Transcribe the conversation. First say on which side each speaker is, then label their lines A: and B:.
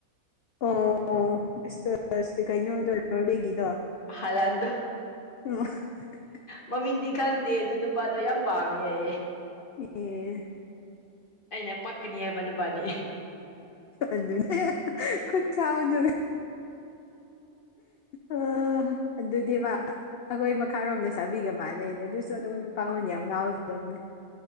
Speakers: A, on the left (about 60°); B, on the left (about 40°).
A: ꯑꯣ ꯑꯣꯁꯁ ꯀꯅꯣ ꯑꯣꯏꯗꯣꯏ <unintelligible> ꯔꯎꯔꯦꯒꯤꯗꯣ
B: ꯍꯂꯥꯟꯗꯣ
A: <unintelligible>
B: ꯃꯃꯤꯡꯗꯤ ꯈꯪꯗꯦ ꯑꯗꯨ ꯅꯨꯄꯥꯗꯣ ꯌꯥꯝ ꯄꯥꯝꯃꯦ ꯍꯥꯏꯌꯦ꯫
A: ꯎ <inaudible> ꯍ <unintelligible>
B: ꯑꯩꯅ ꯄꯛꯀꯅꯤ ꯍꯥꯏꯕ, ꯅꯕꯥꯅꯤ꯫
A: ꯑꯗꯨꯅꯦ ꯈꯨꯠ ꯆꯥꯎꯗꯣ꯫ ꯑ ꯑꯗꯨꯗꯤ ꯃꯥ, ꯑꯩꯈꯣꯏ ꯃꯈꯥꯔꯣꯝꯗ ꯂꯩꯁꯥꯕꯤꯒ ꯃꯥꯅꯩꯅꯦ ꯑꯗꯨꯁꯨ ꯑꯗꯨꯒꯝ ꯅꯨꯄꯥ ꯉꯣꯟꯗ ꯌꯥꯝ ꯉꯥꯎꯖꯕꯅꯦ꯫